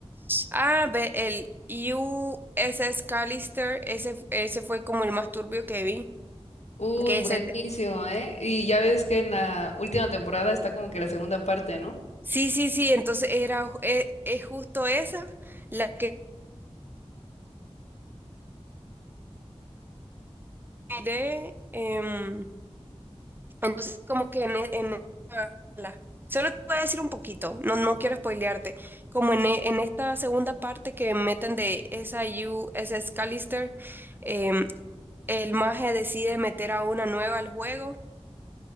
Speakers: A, on the right (about 20°); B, on the left (about 80°).
A: Ah, ve, el USS Callister, ese, ese fue como el más turbio que vi.
B: Uy,
A: Que
B: buenísimo,
A: ese
B: ¿eh? Y ya ves que en la última temporada está como que la segunda parte, ¿no?
A: Sí, sí, sí, entonces era ju- e- es justo esa la que miré. em, entonces, como que en, e- en esta la- Solo te voy a decir un poquito, no, no quiero spoilearte. Como en, e- en esta segunda parte que meten de SIU, SS Callister, em, el mago decide meter a una nueva al juego